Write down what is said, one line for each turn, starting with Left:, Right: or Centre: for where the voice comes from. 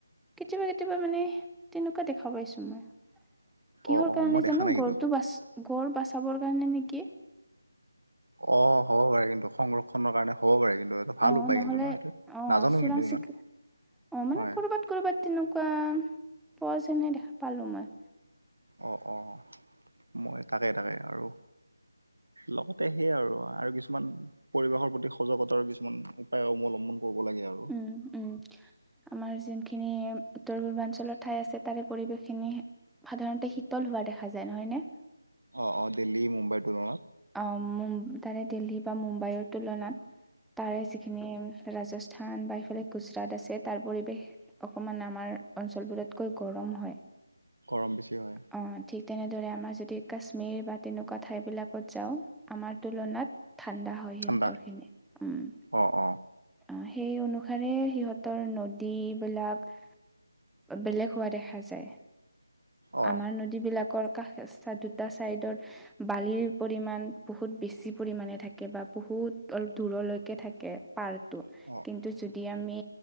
Centre: কেতিয়াবা কেতিয়াবা মানে তেনেকুৱা দেখা পাইছোঁ মই। কিহৰ
Right: অ অ
Centre: কাৰণে
Right: মই দেখা
Centre: জানো?
Right: নাই কিন্তু
Centre: গড়টো বাচ গড় বাচাবৰ কাৰণে নেকি?
Right: অঁ' হ'ব পাৰে কিন্তু, সংৰক্ষণৰ কাৰণে হ'ব পাৰে কিন্তু। ভাল
Centre: অঁ
Right: উপায়
Centre: নহ'লে
Right: কিন্তু ন এইটো?
Centre: অঁ
Right: নাজানো
Centre: চোৰাং
Right: কিন্তু ইমান,
Centre: চিকা অঁ মানে
Right: হয়।
Centre: ক'ৰবাত ক'ৰবাত তেনেকুৱা পোৱা যেনে দেখা পালোঁ মই।
Right: অঁ অঁ, মই তাকে তাকে আৰু- লগতে সেই আৰু আৰু কিছুমান- পৰিৱেশৰ প্ৰতি সজাগতাৰ কিছুমান উপায় অৱলম্বন কৰিব লাগে আও।
Centre: ওঁ, উম। আমাৰ যোনখিনি উত্তৰ পূৰ্বাঞ্চল ঠাই আছে। তাৰে পৰিৱেশখিনি সাধাৰণতে শীতল হোৱা দেখা যায়। নহয় নে?
Right: অঁ, অঁ দেল্ডী মুম্বাইটো অঁ।
Centre: অঁ, উম তাৰে দিল্লী বা মুম্বাইৰ তুলনাত, তাৰে যিখিনি ৰাজস্ স্থান বা এফালে গুজৰাট আছে। তাৰ পৰিৱেশ অকমান আমাৰ অঞ্চলবোৰতকৈ গৰম হয়।
Right: গৰম বেছি হয়।
Centre: অঁ, ঠিক তেনেদৰে আমাৰ যদি কাশ্মীৰ বা তেনেকুৱা ঠাইবিলাকত যাওঁ। আমাৰ তুলনাত ঠাণ্ডা হয় সিহঁতৰখিনি,
Right: ঠাণ্ডা
Centre: উম।
Right: অ অ
Centre: অ', সেই অনুসাৰে সিহঁতৰ নদীবিলাক বেলেগ হোৱা দেখা যায়।
Right: অ
Centre: আমাৰ নদী বিলাকৰ কাষ চা দুটা ছাইডৰ বালিৰ পৰিমানমান বহুত বেছি পৰিণে থাকে বা বহুত অলপ দূৰলৈকে থাক্ কে পাৰটো।
Right: অঁ।
Centre: কিন্তু যদি আমি